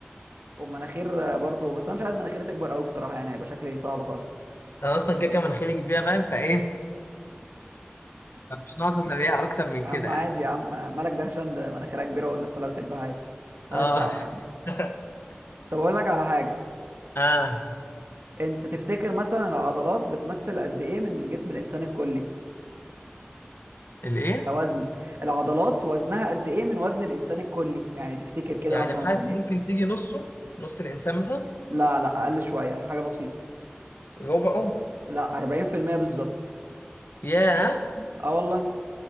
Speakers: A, on the right; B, on the left.
A: وبمناخير آه، برضه بس انا مش عايز مناخيري تكبر قوي بصراحه يعني هيبقى شكلي صعب خالص <laughs>
B: انا اصلا
A: طب
B: كده كده مناخيري كبيره فاهم فايه مش ناقصه تلاقيها اكتر من
A: يا عم
B: كده يعني
A: عادي يا عم مالك دهشان ده مناخيرها كبيره والناس كلها بتحبها عادي ملهاش
B: اه
A: دعوه يا عم
B: <laughs>
A: طب اقول لك على حاجه
B: اه
A: انت تفتكر مثلا العضلات بتمثل قد ايه من جسم الانسان الكلي
B: الايه
A: كوزن العضلات وزنها قد ايه من وزن الانسان الكلي يعني تفتكر كده
B: يعني
A: مثلا
B: حاسس
A: قد ايه
B: ممكن تيجي نصه نص الانسان مثلا
A: لا لا اقل شويه حاجه بسيطه
B: ربعه
A: لا 40% بالظبط
B: ياه
A: اه والله